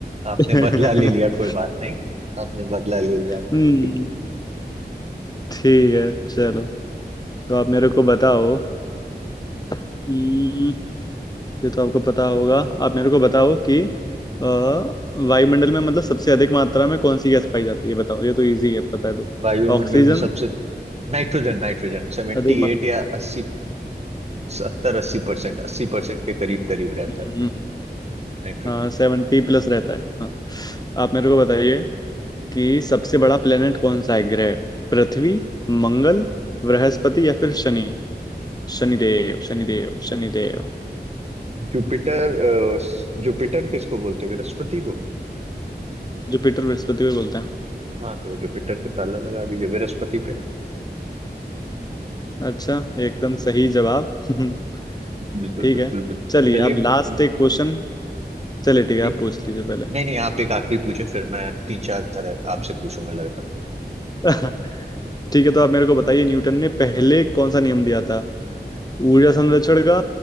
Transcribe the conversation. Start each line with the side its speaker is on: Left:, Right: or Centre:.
Right: आपने
Left: <laughs>
Right: बदला ले लिया कोई बात नहीं आपने बदला ले लिया
Left: हम्म,
Right: अपना ठीक है
Left: ठीक है चलो तो आप मेरे को बताओ हम्म, ये तो आपको पता होगा आप मेरे को बताओ कि अ, वायुमंडल में मतलब सबसे अधिक मात्रा में कौन सी गैस पाई जाती है बताओ ये तो इजी है पता है तो
Right: वायुमंडल
Left: ऑक्सीजन
Right: में सबसे नाइट्रोजन नाइट्रोजन सेवेंटी
Left: अधिक
Right: एट या अस्सी सत्तर अस्सी परसेंट अस्सी परसेंट के करीब करीब रहता
Left: मात्रा
Right: है नाइट्रोजन
Left: हाँ सेवेंटी प्लस रहता है हाँ आप मेरे को बताइए कि सबसे बड़ा प्लेनेट कौन सा है ग्रह पृथ्वी मंगल बृहस्पति या फिर शनि शनिदेव शनिदेव शनिदेव
Right: जुपिटर अ, स- जुपिटर किसको बोलते हैं बृहस्पति को
Left: जुपिटर बृहस्पति को बोलते हैं
Right: हाँ तो जुपिटर पे ताला लगा दीजिए बृहस्पति पे
Left: अच्छा एकदम सही जवाब <laughs>
Right: बिल्कुल
Left: ठीक
Right: बिल्कुल
Left: है
Right: बिल्कुल
Left: चलिए
Right: चलिए
Left: अब
Right: म,
Left: लास्ट एक क्वेश्चन चलिए ठीक है
Right: ठीक
Left: आप पूछ लीजिए पहले
Right: नहीं नहीं आप एक आखिरी पूछे फिर मैं तीन चार धर आपसे पूछूंगा लगातार
Left: <laughs> ठीक है तो आप मेरे को बताइए न्यूटन ने पहले कौन सा नियम दिया था ऊर्जा संरक्षण का